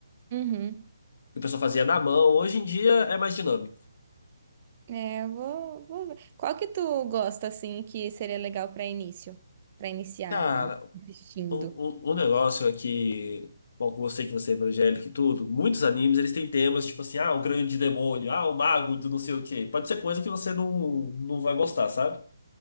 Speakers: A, on the right; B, on the left.
A: Uhum.
B: Que o pessoal fazia na mão. Hoje em dia é mais dinâmico.
A: É, eu vou, vou ver. Qual que tu gosta, assim, que seria legal pra início? Pra iniciar
B: Cara,
A: assistindo?
B: um, um, um negócio é que, bom, com você que você é evangélico e tudo, muitos animes eles têm temas tipo assim, ah, o grande demônio, ah, o mago do não sei o quê. Pode ser coisa que você não, não vai gostar, sabe?